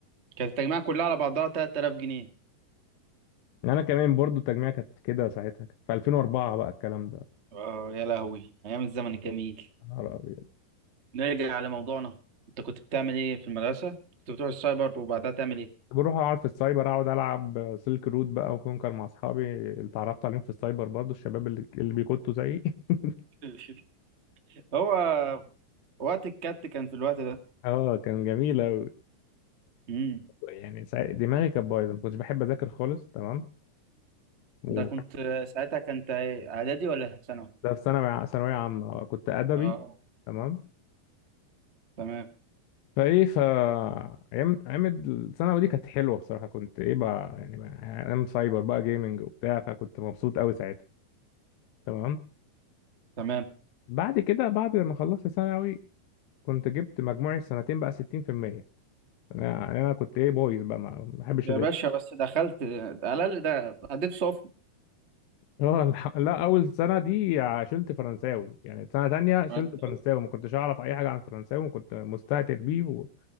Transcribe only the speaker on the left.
يعني انا كمان برضو التجميع كانت كده ساعتها كانت في 2004 بقى الكلام ده
يا نهار أبيض.
بروح اقعد في السايبر اقعد العب سلك رود بقى وكونكر مع اصحابي اللي اتعرفت عليهم في السايبر برضو الشباب اللي, اللي بيكتوا زيي <laughs>
اه كان جميل أوي
يعني سا- دماغي كانت بايظه ما كنتش بحب اذاكر خالص تمام و...
ده في ثانوي ثانويه عامه كنت ادبي
تمام
فايه ف ايام ايام الثانوي دي كانت حلوه بصراحه كنت ايه بقى يعني بقى- ايام سايبر بقى جيمنج وبتاع فكنت مبسوط قوي ساعتها تمام
فبعد كده بعد ما خلصت ثانوي كنت جبت مجموعي السنتين بقى 60% انا يعني انا كنت ايه بويز بقى ما ما بحبش
اذاكر
<laughs> اه الح- لا اول سنه دي شلت فرنساوي يعني سنه تانية شلت
فرنساوي ما كنتش اعرف اي حاجه عن الفرنساوي وكنت مستهتر بيه و-